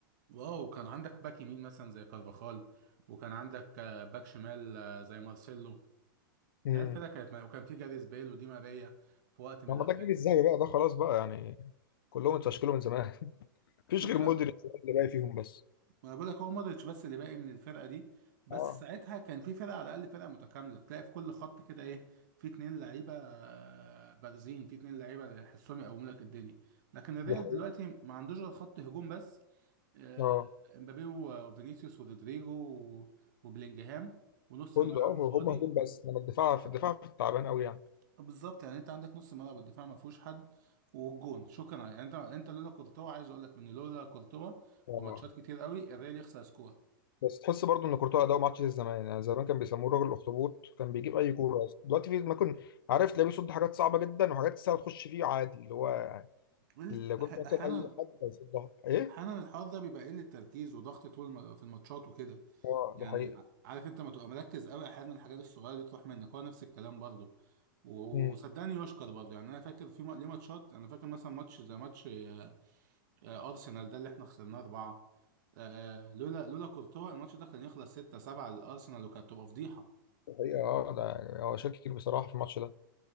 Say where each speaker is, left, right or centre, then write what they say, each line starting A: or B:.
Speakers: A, on the right; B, on the left.
A: واو كان عندك باك يمين مثلا زي كارفاخال وكان عندك آه، باك شمال آه، زي مارسيلو لا
B: امم
A: الفرقه كانت وكان في جاريث بيل ودي ماريا في وقت من
B: لما
A: الاوقات
B: ده الجيل الذهبي بقى ده خلاص بقى يعني كلهم اتفشكلوا من زمان مفيش
A: ماشي
B: غير مودريتش اللي باقي فيهم بس
A: ما بقول لك هو مودريتش بس اللي باقي من الفرقه دي بس
B: اه
A: ساعتها كان في فرقه على الاقل فرقه متكامله تلاقي في كل خط كده ايه في اتنين لعيبه آه، بارزين في اتنين لعيبه يحسهم يقوموا لك الدنيا لكن الريال
B: دي حقيقة.
A: دلوقتي ما عندوش غير خط هجوم بس آه،
B: اه
A: امبابي وفينيسيوس ورودريجو و- وبلينجهام ونص
B: كله
A: الملعب
B: اه
A: فاضي
B: هم هجوم بس انما الدفاع في الدفاع في التعبان قوي يعني
A: بالظبط يعني انت عندك نص الملعب والدفاع ما فيهوش حد والجون شكرا يعني انت انت لولا كورتوا عايز اقول لك ان لولا كورتوا
B: اه
A: في ماتشات كتير قوي الريال يخسر سكور
B: بس تحس برضو ان كورتوا اداؤه ما عادش زي زمان يعني زمان كان بيسموه راجل الاخطبوط كان بيجيب اي كوره دلوقتي في ما كنت عارف تلاقيه بيصد حاجات صعبه جدا وحاجات سهله تخش فيه عادي اللي هو
A: قلت
B: اللي كنت
A: أح-
B: مثلا
A: احيانا
B: اي حد هيصدها ايه
A: احيانا الحوار ده بيبقى قله تركيز وضغط طول الم- في الماتشات وكده
B: اه
A: يعني
B: ده حقيقه
A: ع- عارف انت ما تبقى مركز قوي احيانا الحاجات الصغيره دي تروح منك هو نفس الكلام برضه وصدقني
B: امم
A: يشكر برضه يعني انا فاكر في م- ليه ماتشات انا فاكر مثلا ماتش زي ماتش آه، آه، ارسنال ده اللي احنا خسرناه اربعه آه، آه، لولا لولا كورتوا الماتش ده كان يخلص 6 7 للارسنال وكانت تبقى فضيحه
B: ده حقيقه اه ده يعني هو شال كتير بصراحه في الماتش ده